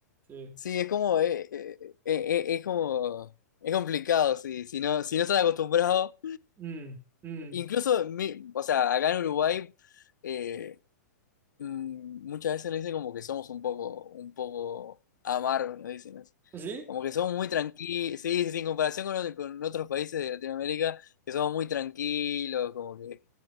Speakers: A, on the right; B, on the left.
A: sí.
B: Sí, es como, eh, eh, eh, eh, es como, es complicado, sí, si no, si no estás acostumbrado.
A: Mm, mm.
B: Incluso, mi- o sea, acá en Uruguay, eh, mm, muchas veces nos dicen como que somos un poco, un poco amargos, nos dicen así.
A: ¿Sí?
B: Como que somos muy tranquilos, sí, sí, sí, en comparación con, otro- con otros países de Latinoamérica, que somos muy tranquilos, como que